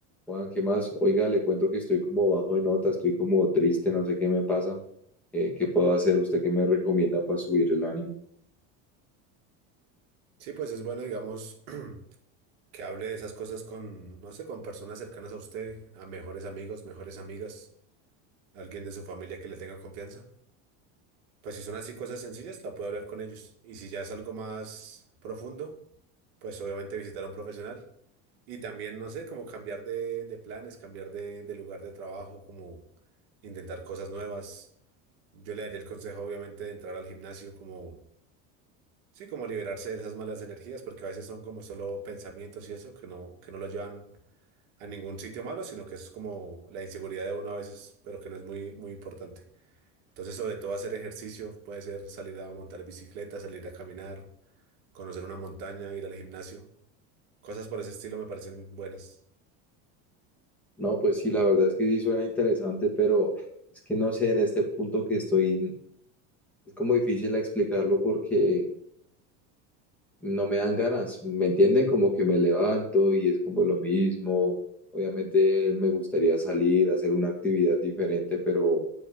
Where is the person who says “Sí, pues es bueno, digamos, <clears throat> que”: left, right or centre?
Right